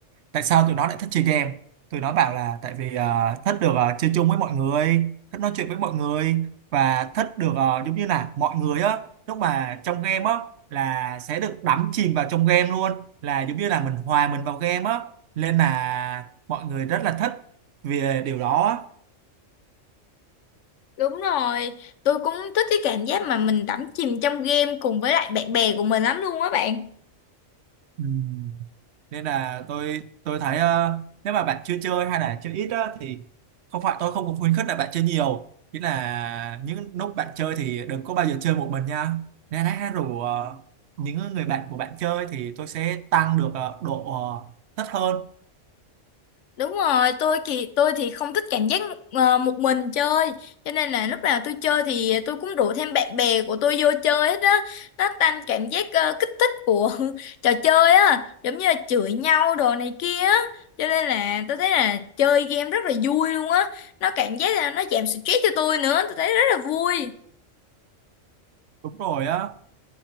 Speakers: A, on the right; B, on the left.
A: tại sao tụi nó lại thích chơi game tụi nó bảo là tại vì ờ, thích được ờ, chơi chung với mọi người thích nói chuyện với mọi người và thích được ờ, giống như là mọi người á lúc mà trong game á là sẽ được đắm chìm vào trong game luôn là giống như là mình hòa mình vào game á nên là mọi người rất là thích vì điều đó á.
B: Đúng rồi, tôi cũng thích cái cảm giác mà mình đắm chìm trong game cùng với lại bạn bè của mình lắm luôn á bạn.
A: Ừ. nên là tôi tôi thấy ờ, nếu mà bạn chưa chơi hay là chơi ít á, thì không phải tôi không có khuyến khích là bạn chơi nhiều chỉ là những lúc bạn chơi thì đừng có bao giờ chơi một mình nha nên hãy rủ ờ, những người bạn của bạn chơi thì tôi sẽ tăng được ờ, độ ờ, thích hơn
B: Đúng rồi, tôi thì tôi thì không thích cảm giác ờ, một mình chơi, cho nên là lúc nào tôi chơi thì tôi cũng rủ thêm bạn bè của tôi vô chơi hết á. Nó tăng cảm giác ờ, kích thích của <laughs> trò chơi á, giống như là chửi nhau đồ này kia á. Cho nên là tôi thấy là chơi game rất là vui luôn á. Nó cảm giác là nó giảm stress cho tôi nữa, tôi thấy rất là vui.
A: đúng rồi á